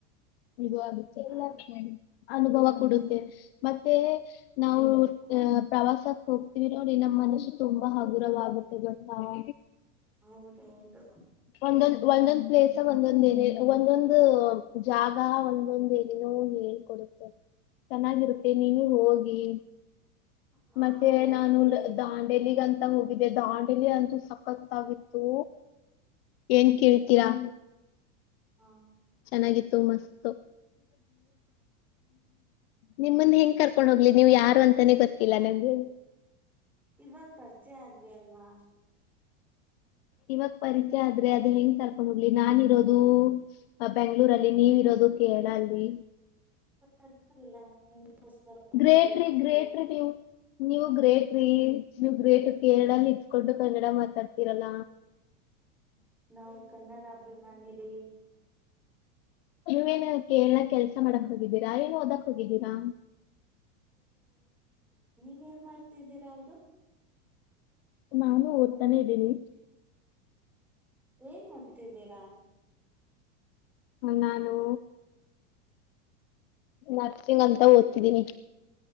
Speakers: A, on the left; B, in the centre.
A: ಇದು ಆಗುತ್ತೆ ಎಲ್ಲ
B: ಹ
A: ಅನುಭವ ಕೊಡುತ್ತೆ
B: ಹ
A: ಮತ್ತೆ. ಮತ್ತೆ ನಾವು ಅಹ ಪ್ರವಾಸಕ್ಕೆ ಹೋಗ್ತೀವಿ ನೋಡಿ ನಮ್ಮ್ ಮನಸ್ಸು. ತುಂಬಾ ಹಗುರವಾಗುತ್ತೆ ಗೊತ್ತಾ. <inaudible>
B: ಹೌದೌದು.
A: ಒಂದೊಂದ್ ಒಂದೊಂದ್ ಪ್ಲೇಸ್ ಒಂದೊಂದ ಏನ ಒಂದೊಂದು- ಜಾಗ ಒಂದೊಂದ ಏನೋ ಹೇಳ್ಕೊಡುತ್ತೆ ಚೆನ್ನಾಗಿರುತ್ತೆ. ನೀವು ಹೋಗಿ
B: ಹಾ
A: ಮತ್ತೆ
B: ಹೋಗ್ತೀವಿ
A: ನಾನು ದಾಂಡೇಲಿಗಂತ - ಹೋಗಿದ್ದೆ ದಾಂಡಿಲಿ ಅಂತೂ ಸಕತ್ತಾಗಿತ್ತು. ಏನ್ ಕೇಳ್ತೀರಾ.
B: ಹ್ಮ.
A: ಚೆನ್ನಾಗಿತ್ತು ಮಸ್ತು. ನಿಮ್ನ ಹೆಂಗ್ ಕರ್ಕೊಂಡ್ ಹೋಗ್ಲಿ ನೀವು ಯಾರು ಅಂತಾನೆ ಗೊತ್ತಿಲ್ಲ ನಂಗೆ.
B: ಇವಾಗ ಪರಿಚಯ ಆದ್ವಿ ಅಲ್ವಾ.
A: ಇವಾಗ ಪರಿಚಯ ಆದ್ರೆ ಅದ ಹೆಂಗ್ ಕರ್ಕೊಂಡ್ ಹೋಗ್ಲಿ ನಾನ ಇರೋದು ಬೆಂಗ್ಳೂರಲ್ಲಿ ನೀವಿ ಇರೋದು ಕೇರಳ ಅಲ್ಲಿ.
B: <unintelligible> ಬರ್ತೀವಿ
A: ಗ್ರೇಟ್ರಿ
B: ಕರೀ
A: ಗ್ರೇಟ್ರಿ ನೀವು. ನೀವು ಗ್ರೇಟ್ರಿ. ಗ್ರೇಟು ಕೇರಳನ ಇದ್ಕೊಂಡು ಕನ್ನಡ ಮಾತಾಡ್ತಿರಲ್ಲ.
B: ನಾವು ಕನ್ನಡ ಅಭಿಮಾನಿರಿ.
A: ನೀವೇನು ಕೇರಳ ಕೆಲ್ಸ. ಕೆಲ್ಸ ಮಾಡಕ್ ಹೋಗಿದ್ದೀರಾ ಏನು ಓದಕ್ ಹೋಗಿದ್ದೀರಾ.
B: ನೀ ಏನ್ ಮಾಡ್ತಿದ್ದೀರಾ ಹೌದು.
A: ನಾನು ಓದುತ್ತ ಇದೀನಿ.
B: ಏನ್ ಓದು. ತಿದ್ದೀರಾ
A: ನಾನು. ನರ್ಸಿಂಗ್ ಅಂತ ಓದ್ತಿದ್ದೀನಿ.